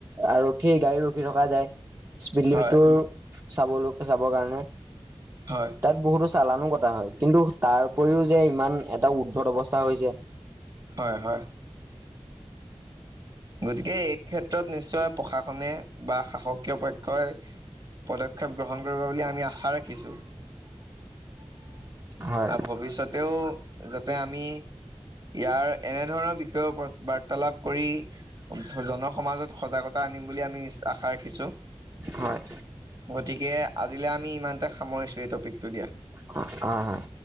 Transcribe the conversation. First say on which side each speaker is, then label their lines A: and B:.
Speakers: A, on the right; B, on the right.
A: আৰক্ষী গাড়ী ৰখি থকা যায়, স্পীড লিমিটটো
B: হয়
A: চাবলৈ চাবৰ কাৰণে,
B: হয়
A: তাত বহুতো চালানো কটা হয়, কিন্তু তাৰ উপৰিও যে ইমান এটা উৰ্দ্ধত অৱস্থা <unintelligible> হৈ যায়।
B: হয় হয়। গতি কে এই ক্ষেত্ৰত নিশ্চয় প্ৰশাসনে বা শাসকীয় পক্ষই পদক্ষেপ গ্ৰহণ কৰিব বুলি আমি আশা ৰাখিছো।
A: হয়
B: আৰু ভৱিষ্যতেও যাতে আমি ইয়াৰ এনেধৰণৰ বিষয়ৰ ওপৰত বাৰ্তালাপ কৰি জনসমাজত সজাগতা আনিম বুলি আমি আশা ৰাখিছোঁ,
A: হয়
B: গতিকে আজিলে আমি ইমান তে সামৰিছো এই টপিকটো দিয়া।
A: <inaudible> হয় হয়।